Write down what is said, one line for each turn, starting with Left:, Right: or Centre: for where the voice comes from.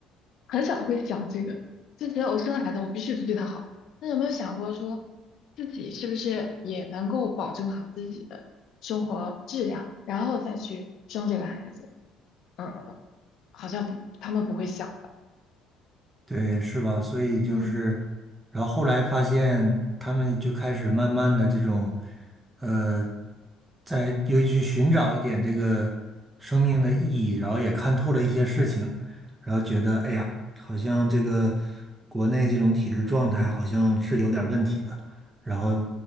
Left: 很少会想这个，就觉得我生了孩子，我必须得对他好。那有没有想过说，自己是不是也能够保证好自己的生活质量，然后再去生这个孩子？嗯，嗯嗯好像不，他们不会想的。
Right: 对，是吧？所以就是，
Left: 嗯
Right: 然后后来发现他们就开始慢慢的这种，呃，在尤其去寻找一点这个生命的意义，然后也看透了一些事情，然后觉得，哎呀，好像这个国内这种体制状态好像是有点儿问题的，然后